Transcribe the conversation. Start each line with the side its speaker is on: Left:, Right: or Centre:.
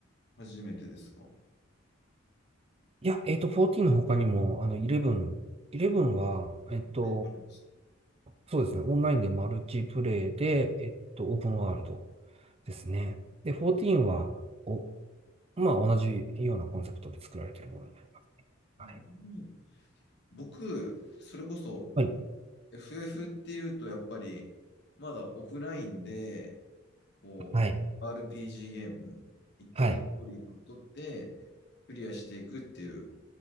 Left: 初めてですか。
Right: いや、えっと、14の他にも、あの、11、11は、えっと、
Left: 前にもあるんですね。
Right: そうですね、オンラインでマルチプレイで、えっと、オープンワールドですね。で、14は、お、まあ、同じようなコンセプトで作られているものになります。はい。
Left: あうん僕、それこそ
Right: はい。
Left: FF っていうと、やっぱり、まだオフラインで、こう、
Right: はい。
Left: RPG ゲーム、一定のストーリーにのっとって、
Right: はい。
Left: クリアしていくっていう